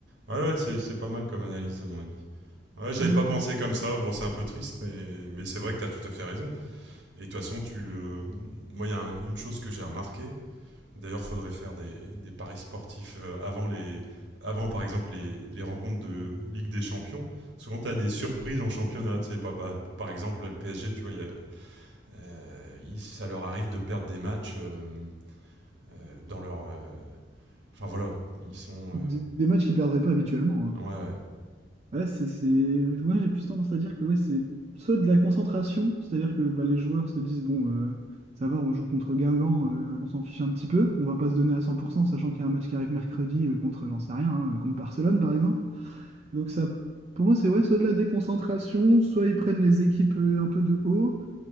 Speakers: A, on the right; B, on the right.
A: Ouais, ouais, c'est c'est pas mal comme analyse à mon avis. Ouais, j'avais
B: Ah
A: pas
B: ouais,
A: pensé
B: ouais.
A: comme ça. Bon, c'est un peu triste, mais mais c'est vrai que t'as tout à fait raison. Et de toute façon, tu le. Moi, il y a un- une chose que j'ai remarquée. D'ailleurs, faudrait faire des, des paris sportifs euh, avant les, avant par exemple les, les rencontres de Ligue des Champions. Souvent, tu as des surprises en championnat. Tu sais pas, bah, par exemple, là, le PSG, tu vois, il y a- euh, ils- ça leur arrive de perdre des matchs euh, euh, dans leur. euh, Enfin voilà, ils sont.
B: Des,
A: euh,
B: des matchs qu'ils perdraient pas habituellement. hein.
A: Ouais, ouais.
B: Ouais, c'est, c'est- Moi, j'ai plus tendance à dire que ouais, c'est soit de la concentration, c'est-à-dire que bah, les joueurs se disent, bon, euh, ça va, on joue contre Guingamp, euh, on s'en fiche un petit peu, on va pas se donner à 100%, sachant qu'il y a un match qui arrive mercredi euh, contre, j'en sais rien, hein, contre Barcelone, par exemple. Donc ça, pour moi, c'est ouais, soit de la déconcentration, soit ils prennent les équipes euh, un peu de haut,